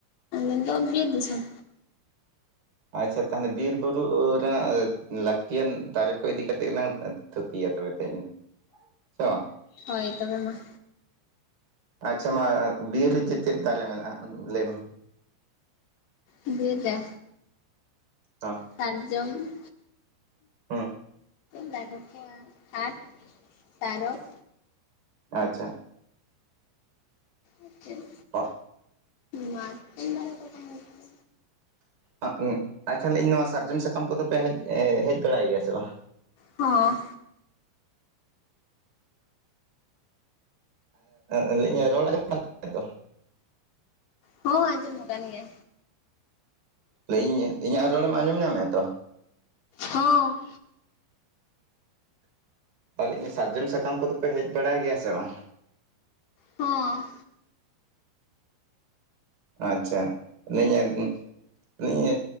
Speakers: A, on the left (about 70°); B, on the right (about 50°).
A: ᱮ ᱫᱚ ᱵᱤᱨ ᱫᱤᱥᱚᱢ᱾
B: ᱟᱪᱪᱷᱟ ᱛᱟᱦᱚᱱᱮ ᱵᱤᱨ ᱵᱩᱨᱩ ᱨᱮᱱᱟᱜ ᱚ ᱞᱟᱠᱛᱤᱭᱟᱱ ᱫᱟᱨᱮ ᱠᱚ ᱤᱫᱤ ᱠᱟᱛᱮᱜ ᱞᱟᱝ ᱚᱸ ᱛᱷᱩᱛᱤᱭᱟ ᱛᱚᱵᱮ ᱛᱮᱦᱮᱧ ᱫᱚ ᱥᱮ ᱵᱟᱝ ᱾
A: ᱦᱚᱭ ᱛᱚᱵᱮ ᱢᱟ᱾
B: ᱟᱪᱪᱷᱟ ᱢᱟ ᱚ ᱵᱤᱨ ᱨᱮ ᱪᱮᱫ ᱪᱮᱫ ᱫᱟᱨᱮ ᱢᱮᱱᱟᱜ-ᱟ ᱞᱟᱹᱭ ᱢᱮ?
A: ᱵᱤᱨ ᱨᱮ
B: ᱚᱸ!
A: ᱥᱟᱨᱡᱚᱢ
B: ᱦᱩᱸ
A: ᱫᱟᱨᱮ ᱠᱚ ᱟᱨ ᱟᱴ ᱛᱟᱨᱚᱯ
B: ᱟᱪᱪᱷᱟ᱾
A: ᱟ ᱪᱮᱫ?
B: ᱚᱦ᱾
A: ᱢᱟᱛᱠᱚᱢ ‌ᱫᱟᱨᱮ ‌ᱠᱚ ᱫᱚ ᱦᱚᱭ ᱛᱚ᱾
B: ᱟᱸᱜ ᱩᱸ ᱟᱪᱪᱷᱟ ᱞᱟᱹᱭ ᱤᱧ ᱱᱚᱣᱟ ᱥᱟᱨᱡᱚᱢ ᱥᱟᱠᱟᱢ ᱠᱚᱫᱚ ᱯᱮ ᱦᱮᱡ ᱮ ᱦᱮᱡ ᱵᱟᱲᱟᱭ ᱜᱮᱭᱟ ᱥᱮ ᱵᱟ?
A: ᱦᱚᱸ
B: ᱟᱸ ᱚ ᱤᱧᱟᱹ ᱨᱚᱲ ᱟᱧᱚᱢ <inaudible> ᱛᱚ᱾
A: ᱦᱚᱸ ᱟᱧᱡᱚᱢᱚᱜ ᱠᱟᱱ ᱜᱮᱭᱟ᱾
B: ᱞᱟᱸᱭ ᱮᱫ ᱤᱧ ᱤᱧᱟᱜ ᱨᱚᱲᱮᱢ ᱟᱸᱡᱚᱢ ᱧᱟᱢᱮᱜ-ᱟ ᱛᱚ᱾
A: ᱦᱚᱸ᱾
B: ᱛᱟᱦᱚᱞᱮ ᱤᱭᱟᱹ ᱥᱟᱨᱡᱚᱢ ᱥᱟᱠᱟᱢ ᱠᱚᱫᱚ ᱯᱮ ᱦᱮᱡ ᱵᱟᱲᱟᱭ ᱜᱮᱭᱟ ᱥᱮ ᱵᱟᱝ?
A: ᱦᱚᱸ᱾
B: ᱟᱪᱪᱷᱟ ᱱᱤᱭᱟᱹ ᱩᱸ ᱱᱤᱭᱟᱹ